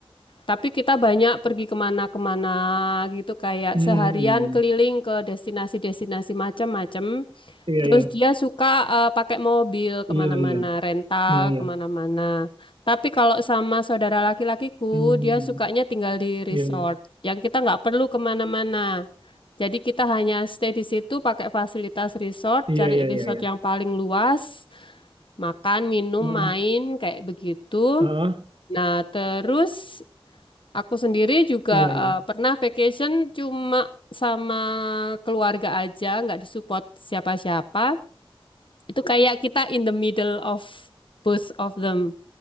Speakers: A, on the left; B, on the right.
A: Tapi kita banyak pergi kemana-kemana gitu kayak
B: Mm-mm.
A: seharian keliling ke destinasi-destinasi macam-macam.
B: Iya
A: Terus
B: iya.
A: dia suka eh, pakai mobil kemana-mana,
B: Iya iya.
A: rental
B: Nah, iya.
A: kemana-mana. Tapi kalau sama saudara laki-lakiku,
B: Mm-mm.
A: dia sukanya tinggal di resort,
B: Iya iya.
A: yang kita nggak perlu kemana-mana. Jadi kita hanya stay di situ pakai fasilitas resort,
B: Iya
A: cari
B: iya
A: resort
B: iya iya.
A: yang paling luas, makan, minum,
B: Heeh.
A: main, kayak begitu.
B: Heeh.
A: Nah, terus aku sendiri juga
B: Iya iya.
A: eh, pernah vacation cuma sama keluarga aja, nggak disupport siapa-siapa. Itu kayak kita in the middle of both of them.